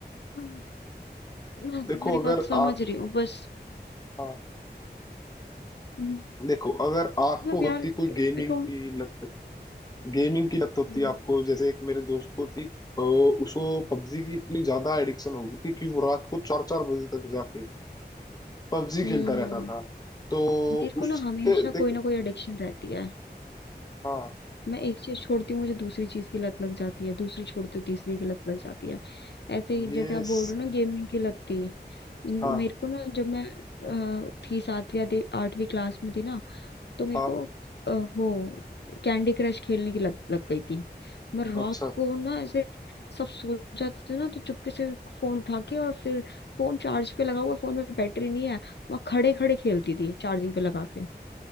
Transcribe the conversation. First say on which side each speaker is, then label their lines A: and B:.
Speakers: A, on the left; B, on the left.
A: हाँ, मैं
B: देखो
A: तुम्हारी
B: अगर
A: बात समझ
B: आप
A: रही हूँ बस
B: हाँ
A: हम्म,
B: देखो अगर आपको
A: मतलब
B: होती
A: यार
B: कोई
A: देखो
B: गेमिंग की लत गेमिंग की लत होती
A: हम्म,
B: आपको जैसे एक मेरे दोस्त को थी अ, उसको पबजी की इतनी ज्यादा एडिक्शन हो गई थी कि वो रात को चार चार बजे तक जाके पबजी खेलता
A: हम्म
B: रहता
A: हम्म।
B: था तो
A: मेरे
B: उसके
A: को ना हमेशा
B: देख
A: कोई ना कोई एडिक्शन रहती है
B: हाँ
A: मैं एक चीज छोड़ती हूँ मुझे दूसरी चीज की लत लग जाती है दूसरी छोड़ती हूँ तीसरी की लत लग जाती है ऐसे ही
B: ये
A: जैसे आप
B: स-
A: बोल रहे हो ना गेमिंग की लत थी म-
B: हाँ
A: मेरे को ना जब मैं अ, थी सातवीं या दे- आठवीं क्लास में थी ना तो मेरे
B: हाँ
A: को अ, वो कैंडी क्रश खेलने की लत लग गई थी मैं रात
B: अच्छा
A: को ना ऐसे सब सो जाते थे ना तो चुपके से फोन उठा के और फिर फोन चार्ज पे लगा हुआ फोन में बैटरी नहीं है वहां खड़े खड़े खेलती थी चार्जिंग पे लगा के